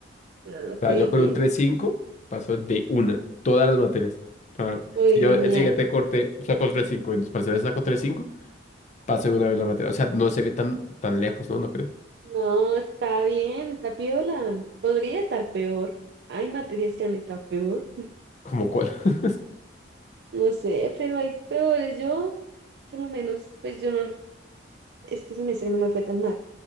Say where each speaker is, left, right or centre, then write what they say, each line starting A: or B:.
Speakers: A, on the right; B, on the left.
A: Ah, Ok,
B: sea, yo con
A: bien.
B: un tres cinco paso de una, todas las materias. O
A: Uy,
B: si yo
A: genial.
B: el siguiente corte saco tres cinco en los parciales saco tres cinco paso de una vez la materia. O sea, no se ve tan, tan lejos, ¿no? ¿No crees?
A: No, está bien, está piola. Podría estar peor. Hay materias que han estado peor.
B: Como cuál. <laughs>
A: No sé, pero hay peores. Yo, por lo menos, pues yo no, este semestre no me fue tan mal.